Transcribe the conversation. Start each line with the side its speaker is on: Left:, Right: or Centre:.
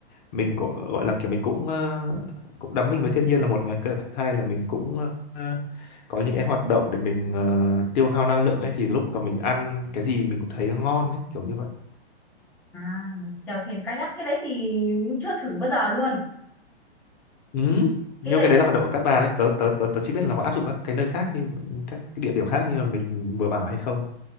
Left: mình cũng gọi là kiểu mình cũng ờ, cũng đắm mình với thiên nhiên là một và cái thứ hai là mình cũng ờ, có những cái hoạt động để mình ờ, tiêu hao năng lượng ấy thì lúc mà mình ăn cái gì mình cũng thấy ngon ấy kiểu như vậy
Centre: À, chèo thuyền kayak cái đấy thì chưa thử bao giờ luôn.
Left: ừ. nhưng
Centre: Cái đấy
Left: cái đấy
Centre: đâu-
Left: là hoạt động ở Cát Bà đấy tớ tớ tớ tớ chỉ biết là có áp dụng các cái nơi khác như các cái địa điểm khác như mà mình vừa bảo hay không